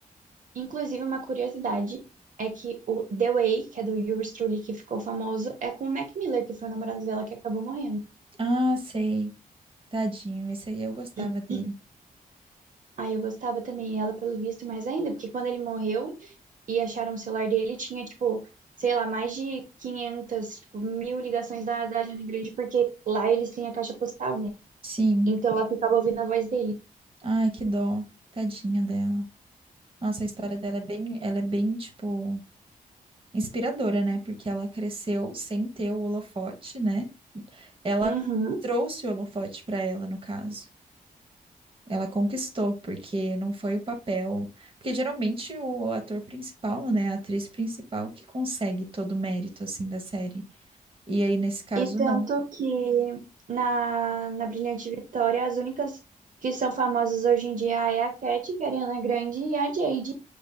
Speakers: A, on the right; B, on the right.
A: Inclusive, uma curiosidade é que o The Way, que é do Yuri Strulli, que ficou famoso, é com o Mac Miller, que foi o namorado dela que acabou morrendo.
B: Ah, sei. Tadinho, esse aí eu gostava
A: <clears throat>
B: dele.
A: Aí eu gostava também dela, pelo visto, mais ainda, porque quando ele morreu e acharam o celular dele, tinha, tipo, sei lá, mais de 500 tipo, mil ligações da, da Ariana Grande, porque lá eles têm a caixa postal, né?
B: Sim.
A: Então ela ficava ouvindo a voz dele.
B: Ai, que dó. Tadinha dela. Nossa, a história dela é bem, ela é bem, tipo, inspiradora, né? Porque ela cresceu sem ter o holofote, né? Ela
A: Uhum.
B: trouxe o holofote pra ela, no caso. Ela conquistou, porque não foi o papel. Porque geralmente o ator principal, né? A atriz principal que consegue todo o mérito, assim, da série. E aí, nesse caso,
A: E tanto
B: não.
A: que na, na Brilhante Vitória, as únicas que são famosas hoje em dia é a Cat, que é a Ariana Grande, e a Jade,